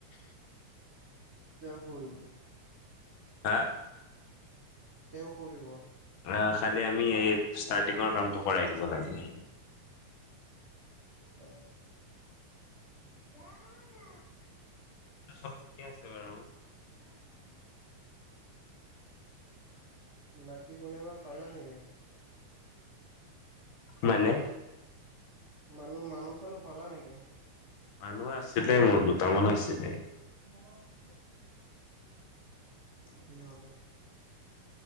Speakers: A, on the right (about 40°); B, on the left (about 80°).
A: তেওঁ কৰিব
B: হা
A: তেওঁ কৰিব
B: আহ খালি আমি এই ষ্টাৰ্টিঙৰ কামটো কৰাই দিব লাগে
A: অ জ না
B: চব ঠিকে আছে বাৰু
A: অ আম <unintelligible> বাকী কোনোবা পালা নেকি
B: মানে
A: মানুহ মানুহ চানুহ পালা নেকি
B: মানুহ আছে তাই মোৰ ত মন আছিলছিলে
A: মোক পছ কি হা <unintelligible>